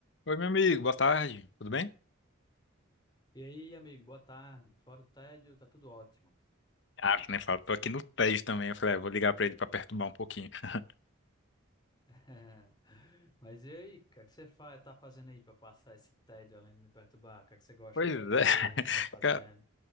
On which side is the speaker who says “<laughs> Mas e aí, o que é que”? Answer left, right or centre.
Left